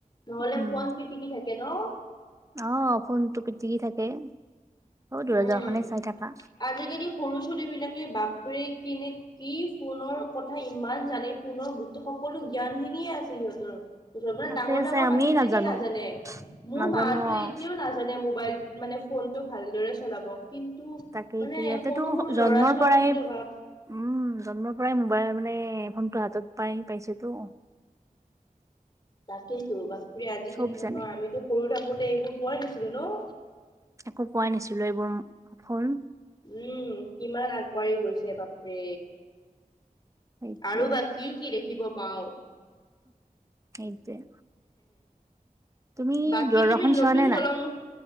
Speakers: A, on the left; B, on the right.
A: নহ'লে
B: উম,
A: ফোন পিটিকি থাকে ন।
B: অ ফোনটো পিটিকি থাকে। অ', দূৰদৰ্শনে
A: উম
B: চাই থাকা।
A: আজিকালি। সৰু ছোৱালীবিলাকে বাপৰে কেনে কি ফোনৰ কথা ইমান জানে। ফোনৰ সকলো জ্ঞানখিনিয়ে আছে সিহঁতৰ। জনা
B: আছে
A: ডাঙৰ
B: আছে
A: ডাঙৰ
B: আমি
A: মানুহ বিলাকে
B: নাজানো
A: নাজানে, মোৰ
B: নাজানো
A: মাতো
B: অ'।
A: এতিয়াও নাজানে মোবাইল। মানে ফোনটো ভালদৰে চলাব। কিন্তু
B: তাকেইতো
A: মানে
B: ইয়াতেতো
A: সৰু সৰু
B: জন্মৰ
A: ল'ৰা ছোৱালী
B: পৰাই
A: বোৰে বাপ।
B: উম, জন্মৰ পৰাই মোবাইল মানে ফোনটো হাতত পাই পাইছেতো।
A: তাকেইতো বাপৰে আজিকালি
B: চব জানে
A: নহয় আমিতো সৰু থাকোতে এইবোৰ পোৱাই নাছিলো ন।
B: একো পোৱাই নাছিলো এইবোৰ অ ফোন।
A: উম কিমান আগবাঢ়ি গৈছে বাপৰে।
B: সেইটোৱে
A: আৰু বা কি কি দেখিব পাওঁ।।
B: সেইটোৱে। তুমি
A: বাকী
B: দুৰদৰ্শন
A: তুমি নতুন
B: চোৱা নে
A: দলং
B: নাই।